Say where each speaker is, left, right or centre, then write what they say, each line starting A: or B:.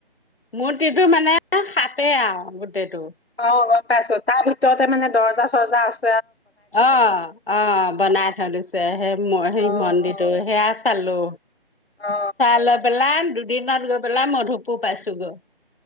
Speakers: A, on the left (about 65°); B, on the left (about 80°).
A: মূৰ্তিটো মানে সাপে আৰু গোটেইটো।
B: অ গম পাইছো তাৰ ভিতৰতে মানে দৰ্জা চৰ্জা আছ
A: অ অ বনাই থৈ দিছে সে সেই
B: অ
A: মন্দিৰটো
B: অ
A: সেয়া চালো।
B: অ
A: চাই লৈ পেলাই দুদিনত গৈ পেলাই মধুপুৰ পাইছো গৈ।